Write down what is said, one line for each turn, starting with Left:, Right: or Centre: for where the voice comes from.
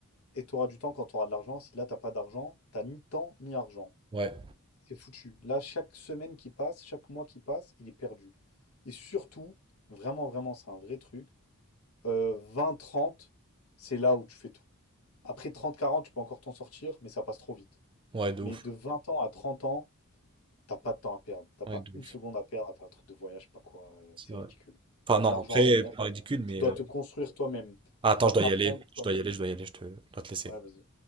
Left: Et tu auras du temps quand tu auras de l'argent. Si là, t'as pas d'argent, t'as ni temps ni argent.
Right: Ouais,
Left: C'est foutu. Là, chaque semaine qui passe, chaque mois qui passe, il est perdu. Et surtout, vraiment, vraiment, c'est un vrai truc. euh, Vingt, trente, c'est là où tu fais tout. Après trente quarante, tu peux encore t'en sortir, mais ça passe trop vite.
Right: ouais, de
Left: Mais
Right: ouf.
Left: de 20 ans à 30 ans, t'as pas de temps à perdre. T'as
Right: Ouais,
Left: pas
Right: de
Left: une
Right: ouf.
Left: seconde à perdre à faire un truc de voyage, je sais pas quoi. euh,
Right: C'est
Left: C'est
Right: vrai.
Left: ridicule.
Right: Enfin,
Left: T'as de
Right: non,
Left: l'argent
Right: après,
Left: à faire.
Right: pas ridicule, mais.
Left: Tu dois
Right: euh,
Left: te construire toi-même.
Right: Ah,
Left: Tu
Right: attends,
Left: dois
Right: je dois
Left: apprendre
Right: y aller. Je
Left: toi-même.
Right: dois y aller, je dois y aller, je te- je dois te laisser.
Left: Ouais, vas-y.